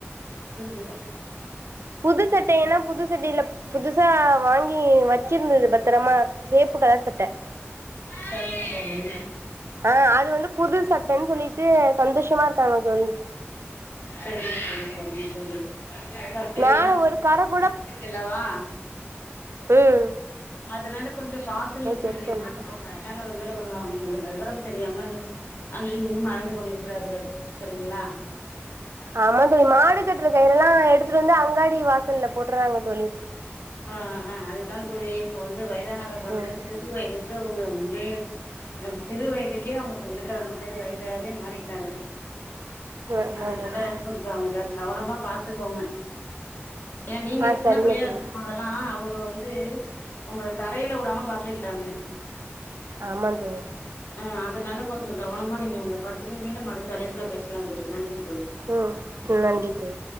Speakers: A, on the left (about 50°); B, on the right (about 75°).
A: துணி எடுத்து
B: புது சட்டையெல்லா புதுசட்டையில புதுசா வாங்கி வச்சிருந்தது பத்திரமா வேப்பு கலர் சட்ட
A: சரிங்க தோழி
B: ஆ அது வந்து புது சட்டன் சொல்லிட்டு சந்தோஷமா இருக்காங்க தோழி
A: சரிங்க தோழி சரிங்க தோழி
B: மேல
A: ஏனா
B: ஒரு கர கூட
A: <unintelligible> அல்லவா
B: ம்
A: அதனால கொஞ்சம் பாத்துங்க
B: நேத்து
A: தோழி
B: எடுத்துட்டு
A: என்னானு
B: வந்தது
A: வாயதானவர்கள் <unintelligible> விவரம் தெரியாமல் அங்கையும் கங்கையும் அலைந்து கொண்டு இருக்கிறார்கள் சரிங்ளா
B: ஆமா தோழி மாடு கட்டுற கயிறெல்லா எடுத்துட்டு வந்து அங்காடி வாசல்ல போட்டுறாங்க தோழி
A: ஆஹ் ஆஹ அதுதா தோழி இப்ப வந்து வயதானவர் வந்து
B: ம்
A: சிறு வயதுக்கு அவுங்க வந்து சிறு வயதுக்கே அவுங்க இப்ப இருக்குறாங்க சிறு வயதாவே மாறிட்டாங்க
B: ஆமா
A: அதனால
B: தோழி
A: கொஞ்சோ அவுங்ள கவனமா பாத்துக்கோங்க ஏ நீங்க
B: ஆ
A: சின்ன
B: சரிங்க
A: பிள்ளையா
B: தோழி
A: இருக்கும் போதெல்லா அவுங்க வந்து உங்கள தரையில வுடாம பாத்துக்கிட்டாங்க
B: ஆமா தோழி
A: ஆஹ் அதனால கொஞ்சோ கவனமா நீங்க அவுங்கள பாத்துங்க மீண்டும் அடுத்த அழைப்புல பேசலா தோழி நன்றி தோழி
B: உ நன்றி தோழி